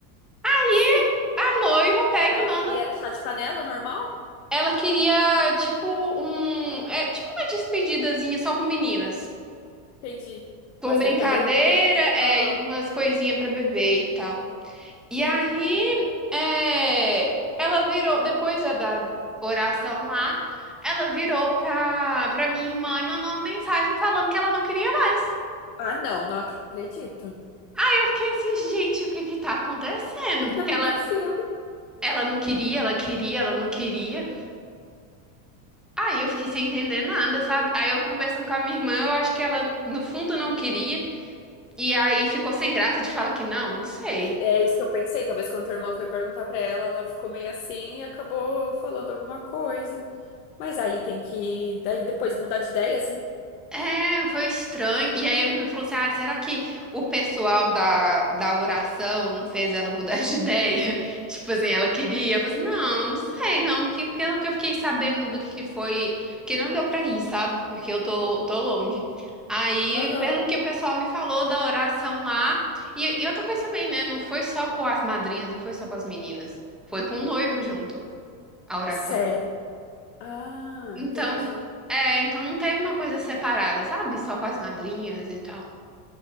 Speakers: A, in the centre; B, on the left.
A: Aí
B: Sim.
A: A noiva pega
B: Ela
A: e manda.
B: queria era chá de panela normal?
A: Ela queria, tipo, um. É, tipo uma despedidazinha só com meninas.
B: Entendi.
A: Com
B: Umas
A: brincadeira,
B: brincadeiras.
A: é,
B: Aham,
A: e umas coisinhas pra beber e tal.
B: sim.
A: E aí, é, ela virou, depois da da oração lá, ela virou pra, pra minha irmã e mandou uma mensagem falando que ela não queria mais.
B: Ah, não, não acredito. O
A: Aí eu fiquei assim, gente, o que que tá acontecendo?
B: que que
A: Porque
B: tá acontecendo?
A: ela, ela não queria, ela queria, ela não queria. Aí eu fiquei sem entender nada, sabe? Aí eu conversando com a minha irmã, eu acho que ela no fundo não queria. E aí ficou sem graça de falar que não, não sei.
B: É, é isso que eu pensei. Talvez quando tua irmã foi perguntar pra ela, ela ficou meio assim e acabou falando alguma coisa. Mas aí tem que, daí depois mudar de ideia, assim.
A: É, foi estranho. E aí a minha irmã falou assim: ah, será que o pessoal da, da oração não fez ela mudar de ideia? <laughs> Tipo assim, ela queria. Eu falei assim: não, não sei, não, porque pelo que eu fiquei sabendo do que, que foi, que não deu pra ir, sabe? Porque eu tô, tô longe. Aí,
B: Aham.
A: pelo que o pessoal me falou da oração lá. E, e outra coisa também, né? Não foi só com as madrinhas, não foi só com as meninas. Foi com o noivo junto, a oração.
B: Sério? Ah,
A: Então,
B: entendi.
A: é, então não teve uma coisa separada, sabe? Só com as madrinhas e tal.